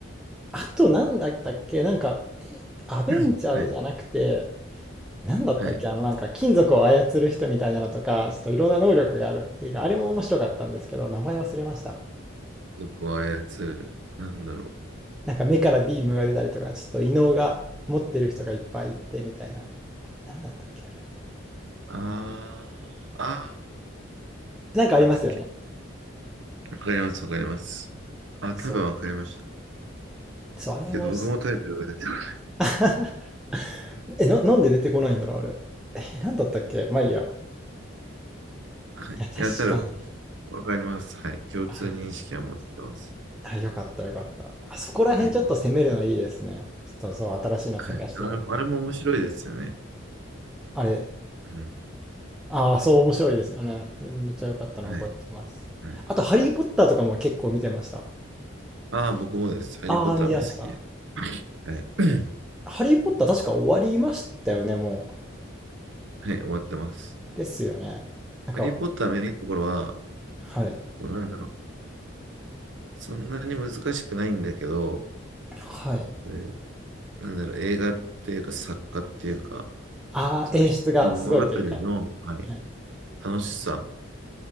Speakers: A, in the centre; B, on the right.
A: あと、なんだったっけなんか、え、アベンジャーズじゃなくて、
B: <clears throat> はい。
A: なんだったっけあの、
B: はい。
A: なんか、金属を操る人みたいなのとか、ちょっといろんな能力がある映画。あれも面白かったんですけど、名前忘れました。
B: 族を操る。なんだろう。
A: なんか、目からビームが出たりとか、ちょっと異能が持ってる人がいっぱいいて、みたいな。なんだったっけあれ。
B: あー、あ
A: なんかありますよね。
B: ー、なんだっけ。わかります、わかります。あ、
A: そ
B: 多分わかりました。
A: う。そう、あれも、
B: けど、僕もタイトルが出てこない。
A: <laughs> え、な、なんで出てこないんだろうあれ。え、なんだったっけまあいいや。
B: はい。いや、
A: や、確かに。
B: 多分わかります。はい。共通認識は持ってます。
A: あ、あよかったよかった。あそこら辺ちょっと攻めるのいいですね。
B: はい。
A: ちょっとそう、新しいの探してたんで。
B: はい。あれも、あれも面白いですよね。
A: あれ、
B: うん。
A: ああ、そう面白いですよね。いやめっちゃよかったの覚えてます。
B: はい。はい。
A: あと、ハリー・ポッターとかも結構見てました。
B: ああ、僕もです。ハリー・
A: ああ、
B: ポッターも好きです。
A: 見てました。
B: はい。<clears throat>
A: ハリー・ポッター確か終わりましたよね、もう。
B: はい、終わってます。
A: ですよね。なんか、
B: ハリー・ポッターのいいところは、
A: はい。
B: もうなんだろう。そんなに難しくないんだけど、
A: はい。
B: えーなんだろう、映画っていうか作家っていうか、
A: ああ、
B: その一つの物語の、
A: 演出がすごいというか。
B: はい、
A: はい、
B: 楽しさっ